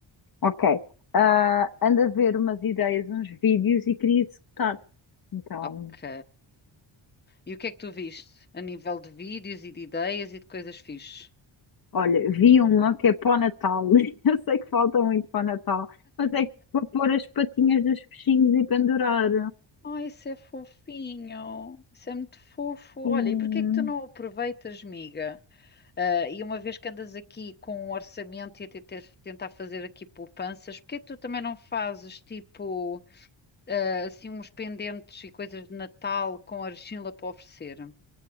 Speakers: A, on the left; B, on the left.
A: Ok. Ah, ando a ver umas ideias, uns vídeos e queria executar. Então,
B: Ok. E o que é que tu viste? A nível de vídeos e de ideias e de coisas fixes?
A: olha, vi uma que é para o Natal. <laughs> Eu sei que falta muito para o Natal, mas é que vou pôr as patinhas dos peixinhos e pendurar.
B: Oh, isso é fofinho. Isso é muito fofo. Olha,
A: Sim.
B: e porquê é que tu não aproveitas, amiga? Ah, e uma vez que andas aqui com um orçamento e a te- te- tentar fazer aqui poupanças, porquê é que tu também não fazes tipo. assim uns pendentes e coisas de Natal com argila para oferecer.